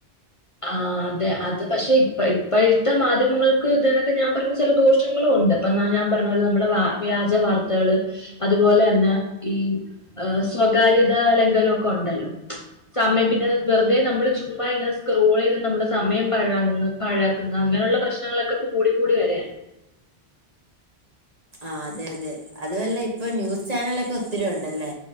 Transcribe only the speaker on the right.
ആഹ് അതെ അതെ അതുവല്ല ഇപ്പൊ ന്യൂസ് ചാനലൊക്കെ ഒത്തിരി ഉണ്ടല്ലേ?